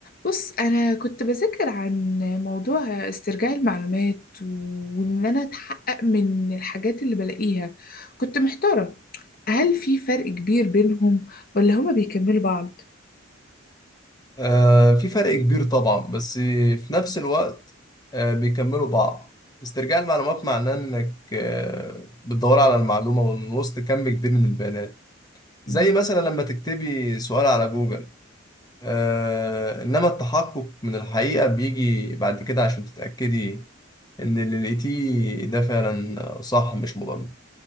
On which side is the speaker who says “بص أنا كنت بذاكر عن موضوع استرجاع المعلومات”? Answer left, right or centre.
Left